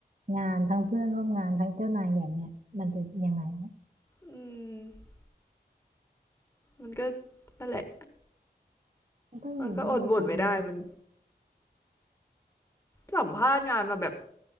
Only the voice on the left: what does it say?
มันก็นั่นแหละ
มันก็อดบ่นไม่ได้มันสัมภาษณ์งานมาแบบ